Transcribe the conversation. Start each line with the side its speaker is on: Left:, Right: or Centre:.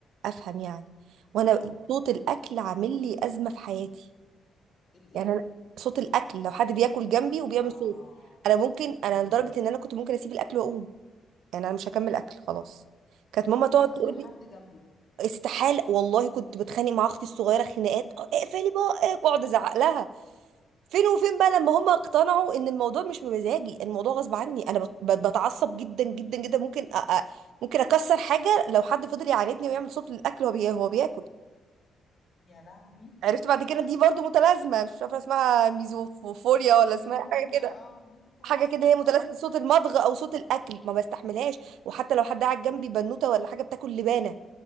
Right: افهم يعني وانا
Left: اه
Right: صوت الاكل عامل لي ازمه في حياتي
Left: الايه
Right: يعني انا صوت الاكل لو حد بياكل جنبي وبيعمل
Left: اه
Right: صوت انا ممكن
Left: مم.
Right: انا لدرجه ان انا كنت ممكن اسيب الاكل واقوم يعني انا مش هكمل اكل خلاص كانت ماما
Left: صوت
Right: تقعد
Left: اكل
Right: تقول
Left: حد
Right: لي
Left: جنبك
Right: استحاله والله كنت بتخانق مع اختي الصغيره خناقات "أه، اقفلي بقك واقعد ازعق لها فين وفين بقى لما هم اقتنعوا ان الموضوع مش بمزاجي الموضوع غصب عني انا بت- بت- بتعصب جدا جدا جدا ممكن أ... أ... ممكن اكسر حاجه لو حد فضل يعاندني ويعمل صوت للاكل وهو بي... هو بياكل
Left: يا لهوي
Right: عرفت بعد كده دي برضو متلازمه مش عارفه اسمها ميزوفوريا ولا اسمها
Left: ميزوفونيا
Right: حاجه كده
Left: اه الميزوفونيا
Right: حاجه
Left: بالظبط
Right: كده هي متلازمه صوت المضغ او صوت الاكل ما بستحملهاش وحتى لو حد قاعد جنبي بنوته ولا حاجه بتاكل لبانه